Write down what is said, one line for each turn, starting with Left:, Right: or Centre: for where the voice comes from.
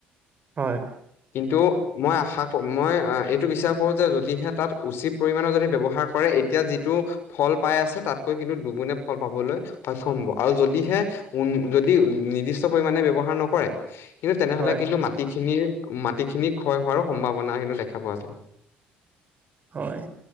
Right: হয়।
Left: কিন্তু মই আশা কৰো মই এইটো বিচাৰ কৰো যে যদিহে তাত উচিত পৰিমণৰ যদি ব্যৱহাৰ কৰে এতিয়া যিটো ফল পাই আছে তাতকৈ কিন্তু দুগুণে ফল পাবলৈ সক্ষম হ'ব আৰু যদিহে উ যদি নিৰ্দিষ্ট পৰিমণে ব্য্ৱহাৰ নকৰে কিন্তু তেনেহলে
Right: হয়,
Left: কিন্তু মা তিখিনি - মাটিখিনি ক্ষয় হোৱাৰো সম্ভাৱনা কিন্তু দেখা পোৱা যায়।
Right: হয়